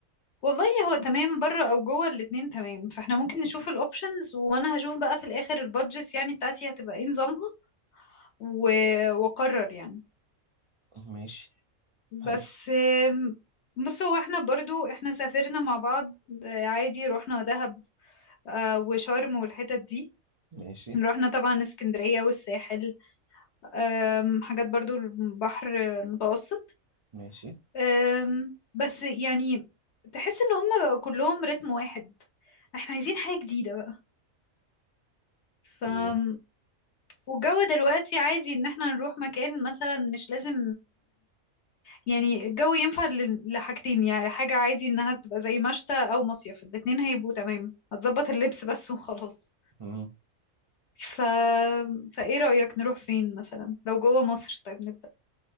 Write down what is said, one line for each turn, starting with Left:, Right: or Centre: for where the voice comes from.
Left: والله هو تمام بره او جوه الاتنين تمام فاحنا ممكن نشوف الاوبشنز وانا هشوف بقى في الاخر البادجت يعني بتاعتي هتبقى ايه نظامها و... واقرر يعني
Right: ماشي
Left: بس
Right: حلو
Left: آم، بص هو احنا برضو احنا سافرنا مع بعض آه، عادي رحنا دهب آه، وشرم والحتت دي
Right: ماشي
Left: رحنا طبعا اسكندرية والساحل آم، حاجات برضو البحر المتوسط
Right: ماشي
Left: آم، بس يعني تحس ان هم بقى كلهم رتم واحد احنا عايزين حاجة جديدة بقى
Right: ايه
Left: والجو دلوقتي عادي ان احنا نروح مكان مثلا مش لازم يعني الجو ينفع لل- لحاجتين يعني حاجة عادي انها تبقى زي مشتى او مصيف الاتنين هيبقوا تمام هتظبط اللبس بس وخلاص
Right: مم.
Left: ف... فايه رأيك نروح فين مثلا لو جوه مصر طيب نبدأ